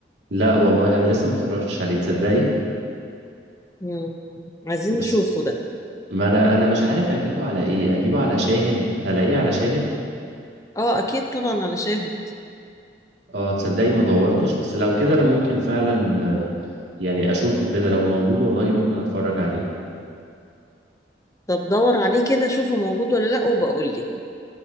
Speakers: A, on the right; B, on the left.
A: لا والله أنا لسه ما اتفرجتش عليه تصدقي
B: مم. عايزين
A: بس
B: نشوفه ده
A: ما انا انا مش عارف اجيبه على ايه اجيبه على شاهد هلاقيه على شاهد
B: اه اكيد طبعا على شاهد
A: اه تصدقي ما دورتش بس لو كده انا ممكن فعلا آه، يعني اشوفه كده لو موجود والله ممكن اتفرج عليه
B: طب دور عليه كده شوفه موجود ولا لا وبقول لي